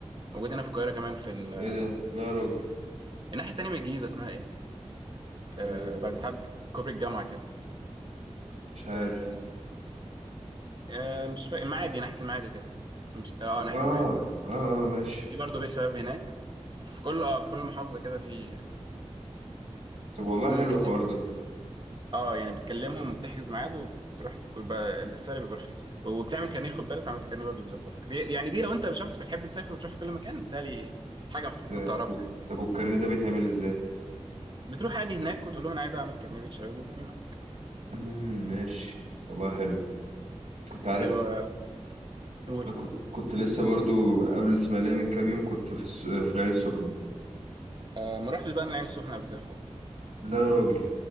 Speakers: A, on the right; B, on the right.
A: موجود هنا في القاهرة كمان في ال...
B: ايه ده لا يا راجل
A: الناحية التانية من الجيزة اسمها ايه آه
B: آه
A: بعد ما تعدي كوبري الجامعة كده
B: مش عارف
A: آه آه مش فاكر المعادي ناحية المعادي كده مش اه ناحية
B: اه اه
A: المعادي
B: اه ماشي
A: في برضه بيت شباب هناك ففي كل اه في كل محافظة كده في
B: طب والله حلو
A: ممكن
B: الحوار
A: يعني
B: ده,
A: اه يعني بتكلمهم بتحجز ميعاد وبتروح ويبقى السعر بيبقى رخيص وبتعمل كارنيه خد بالك لو عملت كارنيه برضه بيظبطك دي يعني دي لو انت شخص بتحب تسافر وتروح في كل مكان بتهيألي حاجه المفروض
B: ده
A: تعرفها يعني
B: طب والكارنيه ده بيتعمل ازاي
A: بتروح عادي هناك وتقول لهم انا عايز اعمل كارنيه بتشاور وبيعملوا عادي
B: امم ماشي والله حلو انت عارف
A: ايوه قول
B: انا كنت كنت لسه برضو قبل الاسماعيليه من كام يوم كنت في الس... في العين السخنه
A: آه ما رحتش بقى أنا العين السخنه قبل كده خالص
B: لا يا راجل